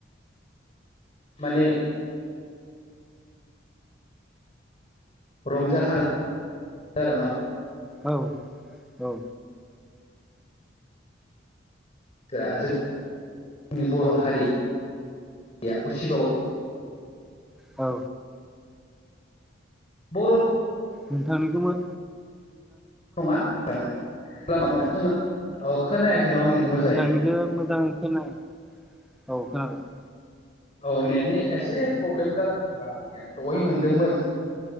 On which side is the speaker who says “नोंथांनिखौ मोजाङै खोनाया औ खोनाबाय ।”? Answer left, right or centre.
Centre